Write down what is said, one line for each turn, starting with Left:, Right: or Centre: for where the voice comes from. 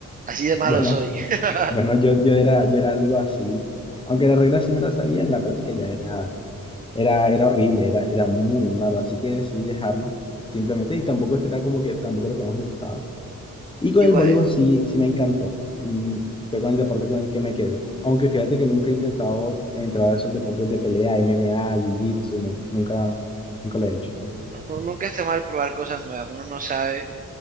Right: Así de malo
Left: Bueno,
Right: soy. <laughs>
Left: bueno, yo, yo era, yo era algo así, aunque las reglas sí me las sabía, en la práctica ya era, era, era horrible, era, era muy malo, así que decidí dejarlo simplemente, y tampoco es que era como que, tampoco lo que más me gustaba. Y con
Right: Igual,
Left: el voleibol sí, sí me encantó. Mm, Fue con el deporte con el que me quedé. Aunque fíjate que nunca he intentado entrar a esos deportes de pelea, MMA, Jiu-Jitsu, no, nunca, nunca lo he hecho.
Right: no- nunca está mal probar cosas nuevas. Uno no sabe,